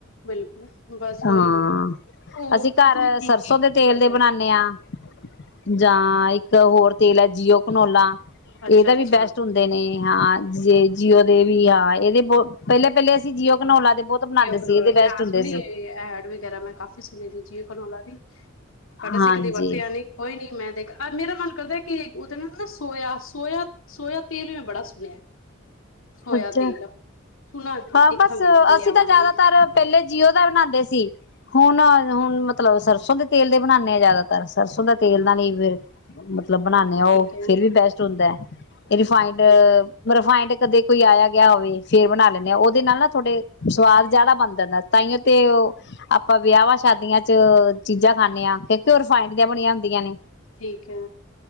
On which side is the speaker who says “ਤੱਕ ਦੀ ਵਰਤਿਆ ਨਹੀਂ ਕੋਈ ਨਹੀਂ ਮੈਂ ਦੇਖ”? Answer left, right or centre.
Left